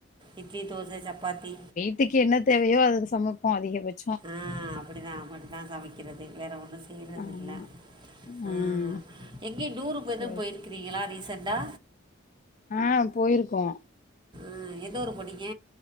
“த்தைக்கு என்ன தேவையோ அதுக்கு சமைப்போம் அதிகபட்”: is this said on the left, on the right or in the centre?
Left